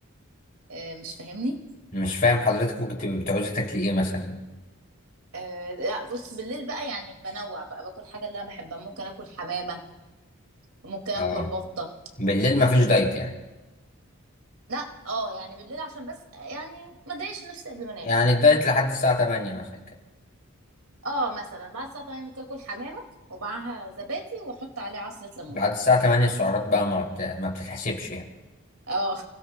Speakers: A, on the right; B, on the left.
A: آه، مش فاهمني
B: مش فاهم حضرتك ممكن تبقي بتعوزي تاكلي إيه مثلا
A: آه لا بص بالليل بقى يعني بنوع بقى باكل حاجه اللي انا بحبها ممكن اكل حمامه ممكن اكل
B: أه
A: بطه
B: بالليل مفيش دايت يعني
A: لا اه يعني بالليل عشان بس يعني ما اضايقش نفسي قبل ما انام
B: يعني الدايت لحد الساعة 8 مثلا كده
A: اه مثلا بعد الساعه 8 ممكن اكل حمامه ومعاها زبادي واحط عليها عصره ليمون
B: بعد الساعة 8 السعرات بقى ما بت... ما بتتحسبش يعني
A: اه